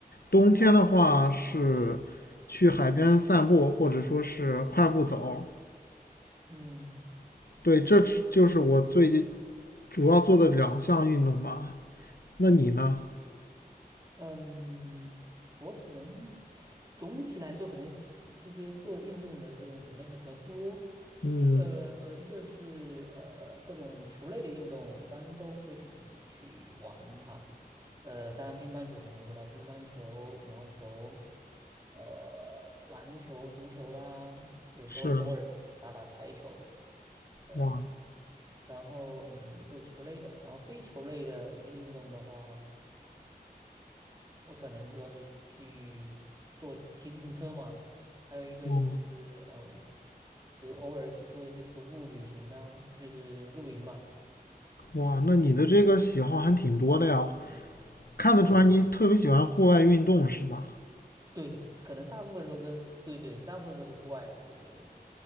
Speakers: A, on the left; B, on the right.
A: 冬天的话是去海边散步，
B: 嗯
A: 或者说是快步走。
B: 嗯
A: 对，这就是我最近主要做的两项运动吧。那你呢？
B: 嗯，我可能总体来说，可能喜这些做运动的这种种类还比较多。
A: 嗯，
B: 呃，一个是呃各种球类的运动，我一般都会去玩它。呃，当然乒乓球肯定会啦，乒乓球、羽毛球，呃，篮球、足球啦，有时候偶尔打打台球。
A: 是，
B: 呃，
A: 哇，
B: 然后嗯，这是球类的，然后非球类的一些运动的话，我可能主要是去做骑自行车嘛，还有一个就是嗯，
A: 哦，
B: 有偶尔去做一些徒步旅行呐、就是露营嘛。
A: 哇，那你的这个喜好还挺多的呀，看得出来你特别喜欢户外运动是吧？
B: 对对，可能大部分都跟对对，大部分都是户外的，对对对。